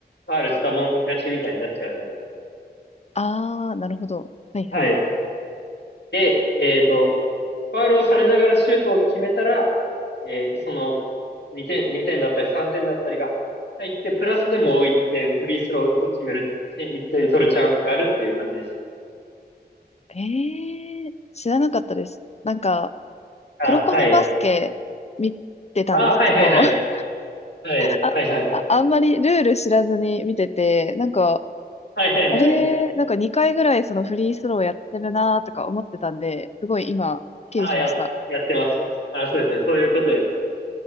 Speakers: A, on the left; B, on the left.
A: ファールしたもん勝ちみたいになっちゃうんで。
B: あー、なるほど。はいはい。
A: はい。で、えっと、ファールをされながらシュートを決めたら、えーその、2点、2点だったり3点だったりが入って、プラスでもう1点フリースロー打って決める、1点取るチャンスがあるっていう感じです。
B: えー、知らなかったです。なんか、
A: あ、
B: 黒子のバスケ見てたんですけど、
A: はい。あ、はいはいはい。
B: <laughs>
A: はい、
B: あ、
A: はいはい。
B: ああんまりルール知らずに見てて、なんか、
A: はいはいはい。
B: あれ、なんか2回ぐらいそのフリースローやってるなとか思ってたんで、すごい今、スッキリしました。
A: あ、や、やってます。あ、そうですね。そういうことですね。